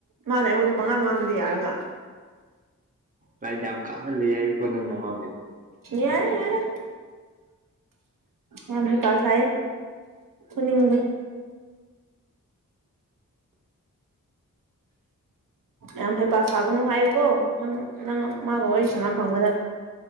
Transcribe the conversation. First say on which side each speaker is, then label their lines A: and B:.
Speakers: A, on the right (about 85°); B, on the right (about 25°).
A: ꯃꯥꯅ ꯑꯩꯉꯣꯟꯗ ꯄꯪꯉꯥꯟ ꯉꯥꯡꯕꯗꯤ ꯌꯥꯔꯒꯥ
B: ꯂꯥꯏꯟ ꯌꯥꯝ ꯀꯥꯞꯍꯟ ꯂꯩ ꯍꯥꯏꯌꯦꯀꯣ ꯅꯪꯅ ꯃꯥꯕꯨ
A: ꯌꯥꯔꯦ ꯌꯥꯔꯦ ꯌꯥꯝ ꯍꯩ ꯄꯥ ꯁꯥꯌꯦ ꯐꯨꯅꯤꯡꯗꯦ ꯌꯥꯝ ꯍꯩ ꯄꯥꯥ ꯁꯥꯒꯅꯨ ꯍꯥꯏꯌꯨꯀꯣ ꯅꯪ ꯅꯪ ꯃꯥꯒ ꯋꯥꯔꯤ ꯁꯟꯅꯥ ꯐꯪꯕꯗ